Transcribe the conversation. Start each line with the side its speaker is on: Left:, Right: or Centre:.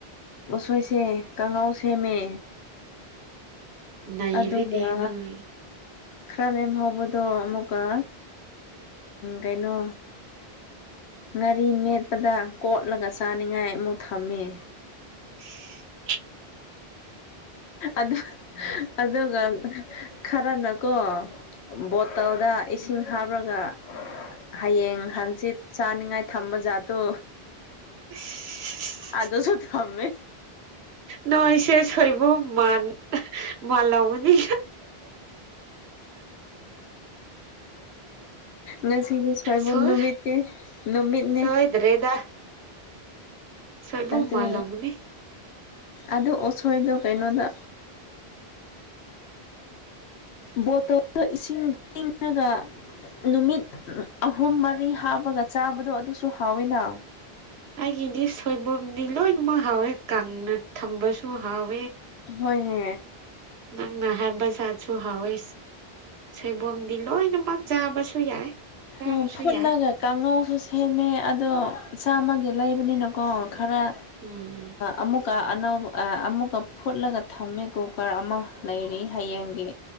Left: ꯎꯁꯣꯏꯁꯦ ꯀꯥꯡꯉꯥꯎ ꯁꯦꯝꯃꯦ
Right: ꯅꯩꯔꯦꯅꯦ
Left: ꯑꯗꯨꯒ
Right: ꯅꯣꯏ
Left: ꯈꯔ ꯂꯦꯝꯍꯧꯕꯗꯣ ꯑꯃꯨꯛꯀ ꯀꯩꯅꯣ ꯉꯥꯔꯤ ꯃꯦꯠꯄꯗ ꯀꯣꯠꯂꯒ ꯆꯥꯅꯤꯡꯉꯥꯏ ꯑꯃꯨꯛ ꯊꯝꯃꯤ
Right: <unintelligible>
Left: ꯑ ꯑꯗꯨꯒ ꯈꯔꯅꯀꯣ ꯕꯣꯇꯜꯗ ꯏꯁꯤꯡ ꯍꯥꯞꯂꯒ ꯍꯌꯦꯡ ꯍꯪꯆꯤꯠ ꯆꯥꯅꯤꯡꯉꯥꯏ ꯊꯝꯕ ꯖꯥꯠꯇꯨ
Right: ꯑꯁ
Left: ꯑꯗꯣꯁꯨ ꯊꯝꯃꯦ
Right: ꯅꯣꯏꯁꯦꯁ ꯍꯣꯏꯕꯣ ꯃꯥꯥꯟ ꯃꯥꯂ ꯃꯅꯤ
Left: ꯅꯁꯤꯗꯤ ꯁꯣꯏꯕ
Right: ꯁꯣꯏ
Left: ꯅꯨꯃꯤꯠꯇꯩ ꯅꯨꯃꯤꯠꯅꯦ
Right: ꯁꯣꯏꯗ꯭ꯔꯦꯗ ꯁꯣꯏꯕꯨꯝ
Left: ꯑꯗ
Right: ꯃꯥꯜꯂꯝꯒꯅꯤ
Left: ꯑꯗ ꯑꯁꯣꯏꯗ ꯀꯥꯏꯩꯅꯣꯗ ꯕꯣꯇꯜꯗ ꯏꯁꯤꯡ ꯏꯪꯉꯒ ꯅꯨꯃꯤꯠ ꯑꯍꯨꯝ ꯃꯔꯤ ꯍꯥꯞꯄꯒ ꯆꯥꯕꯗꯣ ꯑꯗꯨꯁꯨ ꯍꯥꯎꯋꯤꯅ
Right: ꯑꯩꯒꯤꯗꯤ ꯁꯣꯏꯕꯨꯝꯅꯤ ꯂꯣꯏꯅꯃꯛ ꯍꯥꯎꯋꯦ ꯀꯪꯅ ꯊꯝꯕꯁꯨ ꯍꯥꯎꯋꯦ
Left: ꯍꯅꯦ
Right: ꯅꯪꯅ ꯍꯥꯏ ꯕꯖꯥꯔꯠꯁꯨ ꯍꯥꯎꯋꯦ ꯁꯣꯏꯕꯝꯗꯤ ꯂꯣꯏꯅꯃꯛ ꯆꯥꯕꯁꯨ ꯌꯥꯏ ꯆꯥꯔꯁꯨ
Left: ꯎ ꯐꯨꯠꯂꯒ
Right: ꯌꯥꯏ
Left: ꯀꯥꯡꯉꯧꯁꯨ ꯁꯦꯝꯃꯦ ꯑꯗꯣ ꯆꯥꯝꯃꯒꯤ ꯂꯩꯕꯅꯤꯅꯀꯣ ꯈꯔ
Right: ꯎꯝ
Left: ꯑꯃꯨꯛ ꯀꯨꯀ ꯑꯅꯧꯕ ꯑꯃꯨꯛꯀ ꯐꯨꯠꯂꯒ ꯊꯝꯃꯤ ꯀꯨꯀꯔ ꯑꯃ ꯂꯩꯔꯤ ꯍꯌꯦꯡꯒꯤ